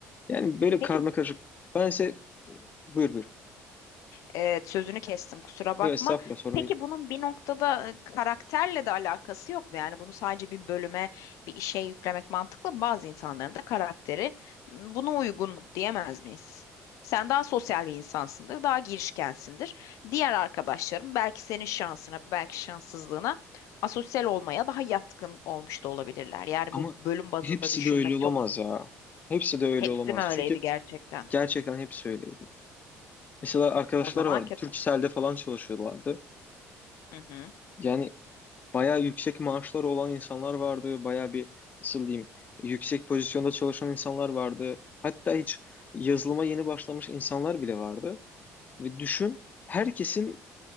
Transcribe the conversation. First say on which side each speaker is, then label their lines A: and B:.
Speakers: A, on the left (about 30°); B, on the left (about 75°).
A: Yani böyle
B: Peki
A: karma karışık. Ben ise buyur buyur.
B: Evet, sözünü kestim kusura bakma.
A: Yok estağfurullah sorun
B: Peki
A: değil.
B: bunun bir noktada e, karakterle de alakası yok mu? Yani bunu sadece bir bölüme, bir işe yüklemek mantıklı mı? Bazı insanların da karakteri m, buna uygun diyemez miyiz? Sen daha sosyal bir insansındır, daha girişkensindir. Diğer arkadaşlarım belki senin şansına, belki şanssızlığına asosyal olmaya daha yatkın olmuş da olabilirler. Yani
A: Ama
B: bu bölüm bazında
A: hepsi
B: düşünmek
A: de öyle olamaz
B: çok
A: ya. Hepsi de öyle
B: hepsi
A: olamaz.
B: mi öyleydi
A: Çünkü
B: gerçekten?
A: gerçekten hepsi öyleydi. Mesela arkadaşlar
B: O zaman
A: vardı.
B: kötü.
A: Turkcell'de falan çalışıyorlardı.
B: Hı hı.
A: Yani bayağı yüksek maaşları olan insanlar vardı. Bayağı bir nasıl diyeyim yüksek pozisyonda çalışan insanlar vardı. Hatta hiç yazılıma yeni başlamış insanlar bile vardı. Ve düşün herkesin